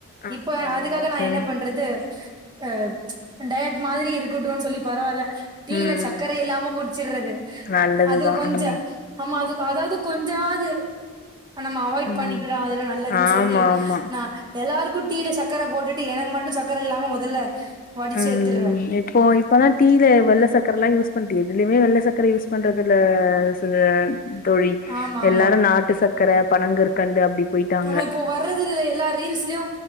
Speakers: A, on the left; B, on the right.
A: ஆமா
B: இப்பவே அதுக்காக
A: ஆமா
B: நா
A: தோழி
B: என்ன பண்றது அ டயட் மாதிரி இருக்குட்டுன் சொல்லி பரவால்ல டீயில
A: ம்
B: சக்கர இல்லாம குடிச்சிர்றது
A: நல்லதுதா
B: அது கொஞ்சோ
A: ம்
B: ஆமா அது அதாவது கொஞ்சமாது நம்ம அவாய்ட்
A: ம்
B: பண்ணிக்கிறோ அதுல நல்லதுன்
A: ஆமா
B: சொல்லி
A: ஆமா
B: நா எல்லாருக்கு டீயில சக்கர போட்டுட்டு எனக்கு மட்டு சக்கர இல்லாம மொதல்ல வடிச்சு
A: ம்
B: எடுத்துருவே
A: இப்போ இப்பதா டீயில வெள்ள சக்கர எல்லா யூஸ் பண்ட்டியே எதுலியுமே வெள்ள சக்கர யூஸ் பண்றது துல ச தோழி
B: ஆமா
A: எல்லாரு
B: ஆமா
A: நாட்டு சக்கர பனங் கற்கண்டு அப்டி போயிட்டாங்க
B: ஆமா இப்போ வர்றதுல்ல எல்லா ரீல்ஸ்லியு